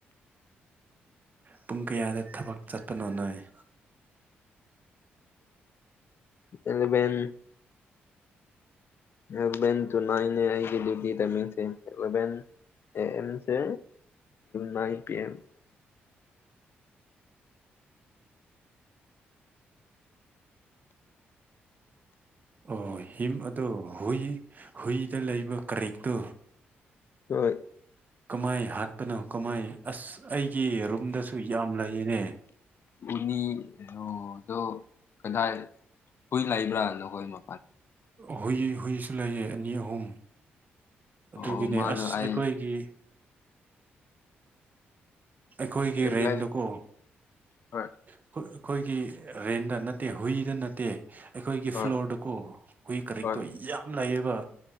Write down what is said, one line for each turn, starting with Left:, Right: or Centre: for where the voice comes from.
Right: ꯄꯨꯡ ꯀꯌꯥꯗ ꯊꯕꯛ ꯆꯠꯄꯅꯣ ꯅꯪ <inaudible>
Left: ꯑꯦꯂꯕꯦꯟ ꯑꯦꯂꯚꯦꯟ ꯇꯨ ꯅꯥꯏꯟꯅꯦ ꯑꯩꯒꯤ ꯗ꯭ꯌꯨꯇꯤ ꯇꯥꯏꯃꯤꯡꯁꯦ ꯑꯦꯂꯚꯦꯟ ꯑꯦ ꯑꯦꯝꯁꯦ ꯅꯥꯢꯟ ꯄꯤ ꯑꯦꯝ
Right: ꯑꯣ ꯍꯤꯝ ꯑꯗꯣ ꯍꯨꯏ ꯍꯨꯏꯗ ꯂꯩꯕ ꯀꯔꯤꯛꯇꯣ
Left: ꯍꯣꯏ
Right: ꯀꯃꯥꯏ ꯍꯥꯠꯄꯅꯣ ꯀꯃꯥꯏ ꯑꯁ ꯑꯩꯒꯤ ꯔꯨꯝꯗꯁꯨ ꯌꯥꯝ ꯂꯩꯌꯦꯅꯦ
Left: ꯎꯅꯤ ꯑꯣꯗꯣ ꯀꯗꯥꯏ ꯍꯨꯏ ꯂꯩꯕ꯭ꯔꯥ ꯅꯈꯣꯏꯕꯣ
Right: ꯍꯨꯢ ꯍꯨꯢꯁꯨ ꯂꯩꯥꯏꯌꯦ ꯑꯅꯤ ꯑꯍꯨꯝ ꯑꯗꯨꯒꯤꯅꯦ
Left: ꯑꯣ ꯃꯥꯗꯣ
Right: ꯑꯁ
Left: ꯑꯩ
Right: ꯑꯩꯈꯣꯏꯒꯤ ꯑꯩꯈꯣꯏꯒꯤ
Left: ꯔꯤꯄ꯭ꯂꯥꯏ
Right: ꯔꯦꯟꯗꯀꯣ
Left: ꯍꯣꯏ
Right: ꯑꯩꯈꯣꯏ- ꯑꯩꯈꯣꯏꯒꯤ ꯔꯦꯟꯗ ꯅꯠꯇꯦ ꯍꯨꯏꯗ ꯅꯠꯇꯦ ꯑꯩꯈꯣꯏꯒꯤ
Left: ꯍꯣꯏ
Right: ꯐ꯭ꯂꯣꯔꯗꯨꯀꯣ ꯍꯨꯏ ꯀꯔꯤꯛꯇꯣ
Left: ꯍꯣꯏ
Right: ꯌꯥꯝ ꯂꯥꯏꯌꯦꯕ